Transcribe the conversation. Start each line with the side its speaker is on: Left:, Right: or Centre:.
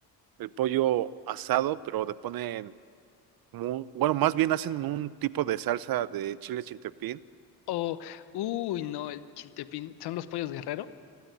Right: el pollo asado, pero le ponen, como un- bueno, más bien hacen un tipo de salsa de chile chintepín.
Left: O, uy, no, el chiltepín, son los pollos guerrero.